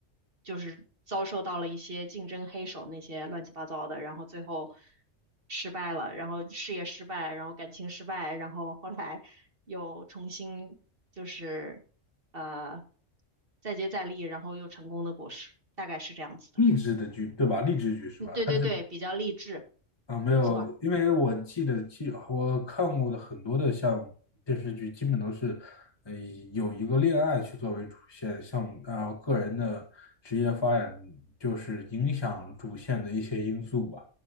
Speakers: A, on the right (about 50°); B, on the left (about 20°).
A: 就是遭受到了一些竞争黑手那些乱七八糟的，然后最后失败了，然后事业失败，然后感情失败，然后后来又重新就是呃。再接再厉，然后又成功的故事，大概是这样子的。
B: 励志的剧对吧？励志剧是吧？
A: 嗯，对对对，
B: 她是
A: 比较励志，
B: 啊，没有，
A: 没错儿
B: 因为我记得记我看过的很多的像电视剧，基本都是呃有一个恋爱去作为主线，像啊、呃个人的职业发展就是影响主线的一些因素吧。